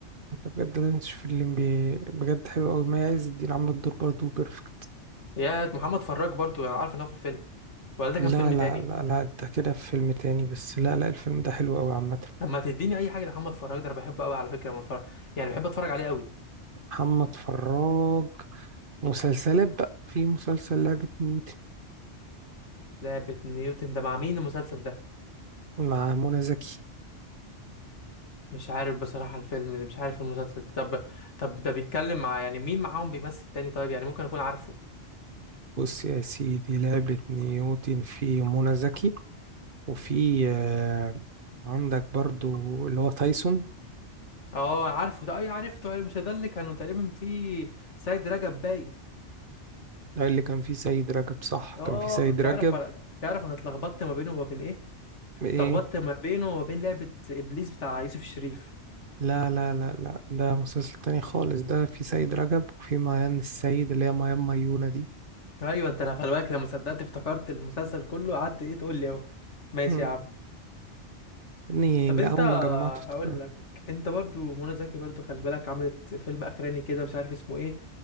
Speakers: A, on the right (about 50°); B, on the left (about 75°).
A: انت بجد لازم تشوف الام بي اي بجد حلو قوي ما عز الدين عامله الدور برضه بيرفكت
B: يا محمد فراج برضو انا عارف ان هو في الفيلم ولا ده
A: لا
B: كان فيلم
A: لا
B: تاني
A: لا لا انت كده في فيلم تاني بس لا لا الفيلم ده حلو قوي عامه
B: لما تديني اي حاجه لمحمد فراج ده انا بحبه قوي على فكره لما اتفرج يعني بحب اتفرج عليه قوي
A: محمد فراج مسلسلات بقى في مسلسل لعبة نيوتن
B: لعبه نيوتن ده مع مين المسلسل ده
A: مع منى زكي
B: مش عارف بصراحه الفيلم ده مش عارف المسلسل ده طب طب ده بيتكلم مع يعني مين معاهم بيمثل تاني طيب يعني ممكن اكون عارفه
A: بص يا سيدي لعبة نيوتن في منى زكي وفي آه، عندك برضو اللي هو تايسون
B: اه عارفه ده اي عرفته اي مش ده اللي كانوا تقريبا في سيد رجب باين
A: ده اللي كان فيه سيد رجب صح
B: اه
A: كان فيه سيد
B: بتعرف
A: رجب
B: على بتعرف انا اتلخبطت ما بينه وما بين ايه
A: ايه
B: اتلخبطت ما بينه وما بين لعبة ابليس بتاع يوسف الشريف
A: لا لا لا لا ده مسلسل تاني خالص ده في سيد رجب وفي ميان السيد اللي هي ميان ميونة دي
B: ايوه انت انا خلي بالك لما صدقت افتكرت المسلسل كله قعدت ايه تقول لي اهو ماشي
A: مم.
B: يا عم
A: يعني
B: طب
A: جا-
B: انت
A: أول ما جمعت افتكرت
B: هقول لك انت برضو منى زكي برضو خلي بالك عملت فيلم اخراني كده مش عارف اسمه ايه